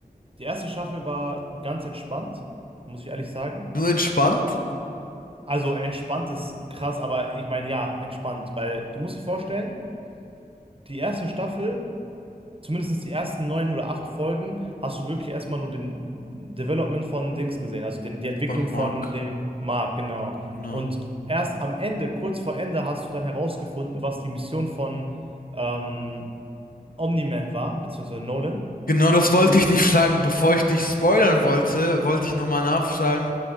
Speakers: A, on the right; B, on the left.
A: die erste Staffel war ganz entspannt, muss ich ehrlich sagen.
B: Nur entspannt
A: Also entspannt ist krass, aber ich meine ja, entspannt, weil du musst dir vorstellen, die erste Staffel, zumindest die ersten neun oder acht Folgen, hast du wirklich erstmal nur den Development von Dings gesehen, also den, die Entwicklung
B: von Mark.
A: von dem Mark, genau.
B: Genau.
A: Und erst am Ende, kurz vor Ende, hast du dann herausgefunden, was die Mission von ähm, Omni-Man war, beziehungsweise Nolan.
B: Genau, das wollte
A: Und
B: ich dich fragen. Bevor ich dich spoilern wollte, wollte ich nochmal nachfragen,